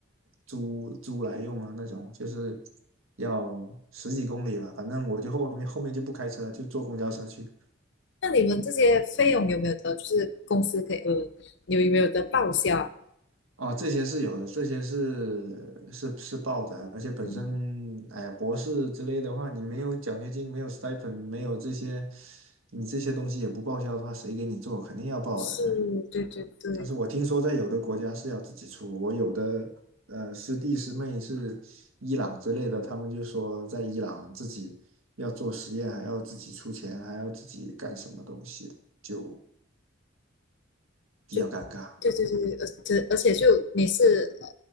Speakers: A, on the right (about 80°); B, on the left (about 60°).
A: 租租来用啊，那种就是要十几公里吧，反正我就后面后面就不开车，就坐公交车去。
B: 那你们这些费用有没有得就是公司可以呃，你有没有得报销啊？
A: 哦，这些是有的，这些是是是报的，而且本身，
B: 嗯，
A: 哎呀，博士之类的话，你没有奖学金，没有 stipend，没有这些，你这些东西也不报销的话，谁给你做？肯定要报的。
B: 是，对对对。
A: 但是我听说在有的国家是要自己出，我有的呃师弟师妹是伊朗之类的，他们就说在伊朗自己要做实验，还要自己出钱，还要自己干什么东西的，就比较尴尬。
B: 就对对对，而且而且就你是呃